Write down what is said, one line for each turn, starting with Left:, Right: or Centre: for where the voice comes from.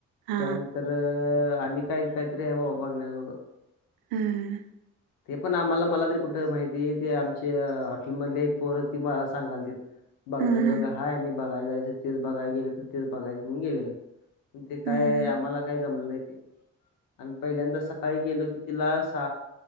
Right: हा
Left: त्यानंतर आणि काय काय तरी हाय बाबा बघण्या जोग.
Right: हम्म.
Left: ते पण आम्हाला मला तरी कुठ माहिती ते आमच्या हॉटेलमधले हायत पोर ती मला सांगालतेत. बघण्याजोग
Right: हम्म
Left: हाय आणि बघाय जायचं तेच बघाय गेल तर तेच बघायचं म्हण गेलेलं. ते काय
Right: हम्म
Left: आम्हाला काय जमलं नाय ते. अन् पहिल्यांदा सकाळी गेलो कितीला सा